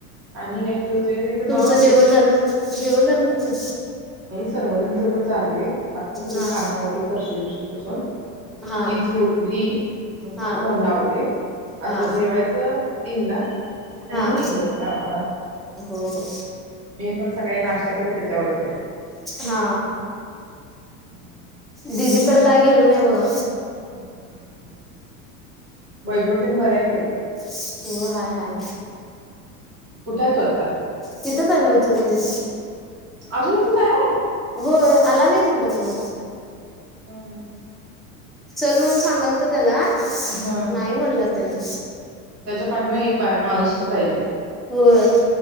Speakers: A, on the right; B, in the centre.
A: आणि काय ऋतू इकडे जाऊन
B: तुमचं
A: आलीस?
B: जेवण झालं जेवण झालं तुमचं
A: सर्वज्ञला तेवढं चारलय आत्ता सगळी
B: हा
A: काम आवरली फर्शी बिर्शी <unintelligible>
B: हा
A: ही झोपली मग
B: हा
A: फोन लावले आता
B: हा
A: जेवायचं तीनला आणि
B: हा
A: म निघायचं कामाला
B: हो हो
A: मी पण सकाळी नाश्ता केला त्याच्यावरच
B: हा
A: हूं
B: दिदीकड काय गेलो नाय बघा
A: हूं हूं वैभवतेन बरं आहे काय ग
B: हो हाय हाय
A: कुठय तो आता
B: तिथंच हाय नव्ह इचलकरंजीत
A: अजून इथच हाय व्हय
B: होय आला नाही तिकड तो
A: हूं हूं
B: चल म्हणुन सांगालत त्याला
A: हा
B: नाही म्हणला त्याने
A: त्याच्या पाटमा एक बा माणूसच पाहिजे.
B: होय